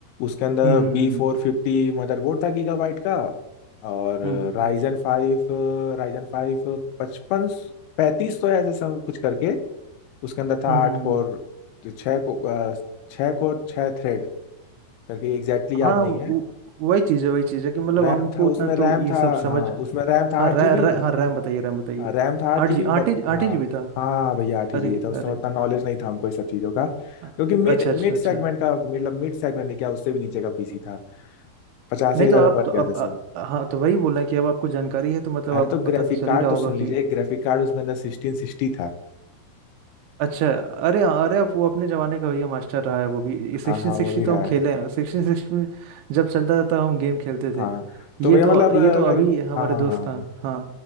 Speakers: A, on the left; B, on the right.
A: उसके अंदर
B: हम्म
A: बी
B: हम्म
A: फोर फिफ्टी मदरबोर्ड था गीगाबाइट का और
B: हम्म हम्म हम्म,
A: राइजन
B: हम्म,
A: फाइव राइजन फाइव पचपन पैंतीस सौ ऐसे सब कुछ करके उसके अंदर था
B: हम्म, हम्म,
A: आठ
B: हम्म,
A: कोर
B: हम्म।
A: तो छः को अ, छः कोर छः थ्रेड करके एग्जैक्टली याद
B: हाँ
A: नहीं
B: वो-
A: है
B: वही चीज़ है वही चीज़ है कि मतलब
A: रैम
B: हमको
A: था
B: उतना
A: उसमें
B: तो
A: रैम
B: ये
A: था
B: सब समझ
A: हाँ उसमें रैम था
B: हाँ
A: आठ
B: रैम
A: जीबी
B: रै, रै- हाँ रैम बताइए रैम बताइए
A: हाँ रैम था आठ
B: आठ
A: जीबी
B: जी
A: बट
B: आठ ही आठ
A: हाँ
B: ही जी बी था
A: हाँ भैया आठ ही
B: अरे
A: जीबी था उसमें
B: अरे
A: उतना नॉलेज नहीं था हमको ये सब चीज़ों का क्योंकि
B: अ-
A: मिड
B: अच्छा अच्छा
A: मिड
B: अच्छा
A: सेगमेंट का मतलब मिड सेगमेंट में क्या उससे भी नीचे का पीसी था पचासी
B: नहीं
A: हजार
B: तो आप
A: में बन
B: तो अब
A: गया था सब
B: अ- हाँ तो वही बोल रहे हैं कि अब आपको जानकारी है तो मतलब
A: अरे
B: आपको
A: तो
B: पता
A: ग्राफिक
B: तो चल
A: कार्ड
B: ही रहा
A: तो
B: होगा
A: सुन लीजिए
B: कि
A: ग्राफिक कार्ड उसके अंदर सिक्सटीन सिक्सटी था
B: अच्छा अरे अरे आप वो अपने ज़माने का भैया मास्टर रहा है वो भी सिक्सटीन
A: हाँ हाँ
B: सिक्सटी
A: वो भी
B: तो
A: रहा
B: हम
A: है
B: खेले हैं सिक्सटीन सिक्सटी में जब चलता था हम गेम खेलते थे
A: हाँ तो
B: ये
A: भैया मतलब
B: तो ये
A: अगर
B: तो अभी हमारे
A: हाँ हाँ
B: दोस्त
A: हाँ
B: था हाँ